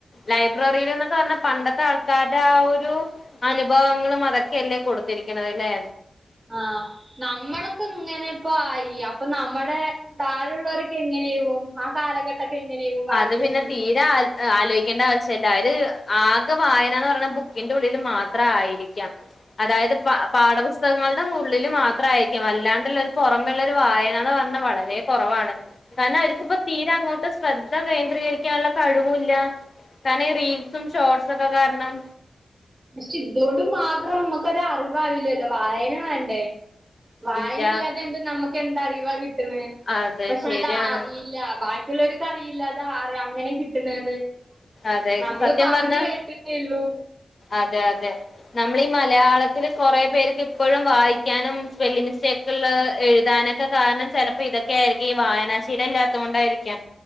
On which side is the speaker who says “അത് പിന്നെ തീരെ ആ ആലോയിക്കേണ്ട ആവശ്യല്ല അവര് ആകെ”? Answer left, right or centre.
Left